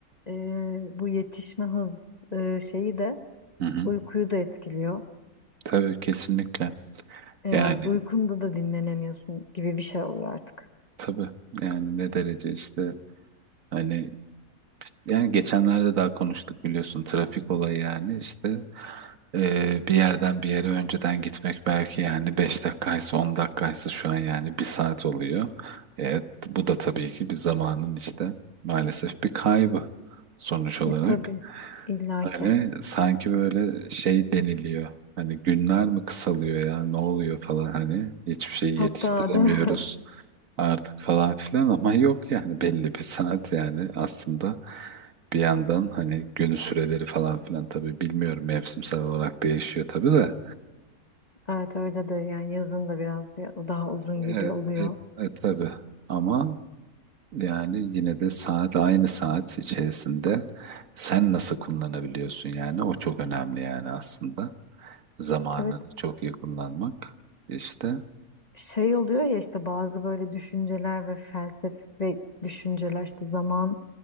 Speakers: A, on the left; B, on the right.
A: e, bu yetişme hız e, şeyi de
B: hı hı.
A: uykuyu da etkiliyor.
B: Tabii kesinlikle.
A: E,
B: Yani
A: yani uykunda da dinlenemiyorsun gibi bir şey oluyor artık.
B: tabii yani ne derece işte hani yani geçenlerde daha konuştuk biliyorsun trafik olayı yani işte Ee, bir yerden bir yere önceden gitmek belki yani 5 dakikaysa 10 dakikaysa şu an yani bir saat oluyor. Evet, bu da tabii ki bir zamanın işte maalesef bir kaybı sonuç olarak.
A: E tabii illaki.
B: Hani sanki böyle şey deniliyor. Hani günler mi kısalıyor ya ne oluyor falan hani hiçbir şey
A: Hatta
B: yetiştiremiyoruz
A: değil mi? <laughs>
B: artık falan filan ama yok yani belli bir saat yani aslında bir yandan hani günü süreleri falan filan tabii bilmiyorum mevsimsel olarak değişiyor tabii de
A: Evet öyledir yani yazın da biraz ya- daha uzun
B: e,
A: gibi oluyor.
B: e, e, tabii ama yani yine de saat aynı saat içerisinde sen nasıl kullanabiliyorsun yani o çok önemli yani aslında zamanını
A: Evet
B: çok iyi kullanmak işte
A: şey oluyor ya işte bazı böyle düşünceler ve felsefe düşünceler işte zaman